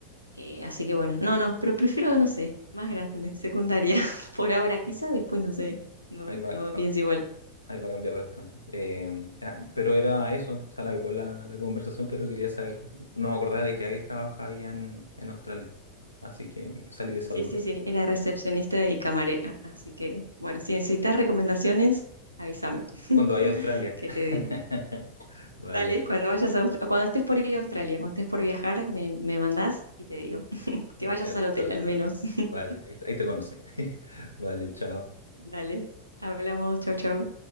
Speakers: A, on the right (about 85°); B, on the left (about 85°).
A: Eh, así que bueno, no, no, pero prefiero, no sé, más grande, secundaria, <laughs> por ahora, quizá después, no sé, no,
B: Ahí va.
A: no pienso igual.
B: Ahí va a cambiar después. Eh, ah, pero era eso, se alargó la, la conversación, pero quería saber, no me acordaba de que habéis trabajado allá en, en Australia. Así que salí de esa
A: Sí,
B: duda.
A: sí, sí, era recepcionista y camarera, así que bueno, si necesitas recomendaciones, avísame, <laughs>
B: Cuando vaya a Australia.
A: que
B: <laughs>
A: te digo.
B: Vale,
A: Dale, cuando vayas a, Aust- cuando estés por ir a Australia, cuando estés por viajar, me, me mandás y te digo, <laughs> que vayas
B: el,
A: al hotel
B: el hotel.
A: al menos. <laughs>
B: Vale, ahí, ahí te conocen. <laughs> Vale, chao.
A: Dale, hablamos, chau, chau.